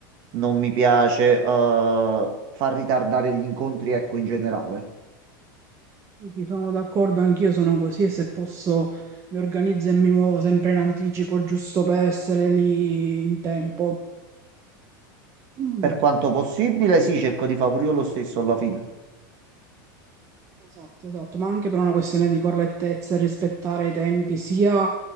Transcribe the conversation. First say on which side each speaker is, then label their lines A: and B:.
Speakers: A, on the right; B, on the right.
A: non mi piace eh, far ritardare gli incontri, ecco, in generale.
B: sì, sono d'accordo, anch'io sono così e se posso mi organizzo e mi muovo sempre in anticipo, giusto per essere lì in tempo. Mm.
A: Per quanto possibile, sì, cerco di fare pure io lo stesso alla fine.
B: Esatto, esatto, ma anche per una questione di correttezza e rispettare i tempi sia